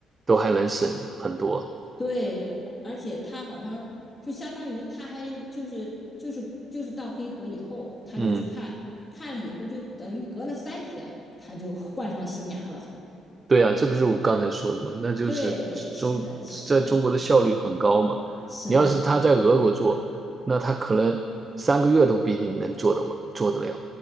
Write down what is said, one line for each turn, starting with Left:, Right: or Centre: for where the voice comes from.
Right: 都还能省很多。
Left: 对，而且他好像就相当于他还就是就是就是到黑河以后，他就去看，
Right: 嗯，
Left: 看了以后就等于隔了三天，他就 <laughs> 换上新牙了。
Right: 对啊，这不是我刚才说的嘛？那就是中在中国的效率很高嘛。
Left: 对，是的，是的，是的，
Right: 你要是他在俄国做，那他可能三个月都不一定能做得完，做得了。